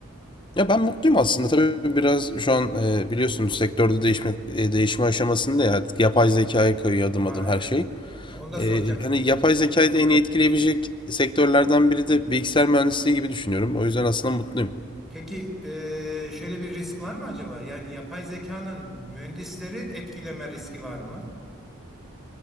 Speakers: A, on the left; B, in the centre.
A: Ya ben mutluyum aslında. Tabii biraz şu an e, biliyorsunuz sektörde değişme e, değişme aşamasında ya artık yapay zekaya kayıyor adım
B: Ha
A: adım her
B: evet.
A: şey.
B: Onu da
A: E,
B: soracaktım
A: hani
B: size.
A: yapay
B: Ha.
A: zekayı da en iyi etkileyebilecek sektörlerden biri de bilgisayar mühendisliği gibi düşünüyorum. O yüzden aslında mutluyum.
B: Peki e, şöyle bir risk var mı acaba? Yani yapay zekanın mühendisleri etkileme riski var mı?